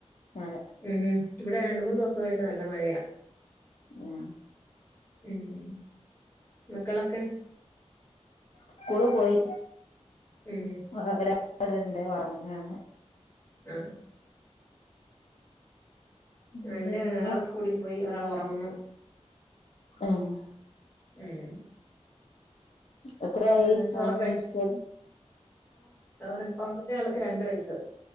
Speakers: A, on the left; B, on the left.
A: മഴ
B: ഉം ഉം ഇവിടെ രണ്ട് മൂന്ന് ദിവ്സായിട്ട് നല്ല മഴയാ
A: ഉം
B: ഉം മക്കളൊക്കെ
A: സ്കൂള് പോയി
B: ഉം ഉം
A: ആ ഒരാള്ണ്ട് ഒറങ്ങാണ്
B: ആഹ്
A: എന്ത്
B: ആ ഇവിടെ
A: നിങ്ങളോ
B: ഒരാള് സ്കൂളിൽ പോയി ഒരാൾ ഉറങ്ങുന്നു
A: ആഹ്
B: ഉം
A: എത്രായി
B: ഏഹ് ചോറൊക്കെ
A: ഉറങ്ങും <unintelligible>
B: അവടെ ഒറങ്ങുന്നയാൾക്ക് രണ്ട് വയസ്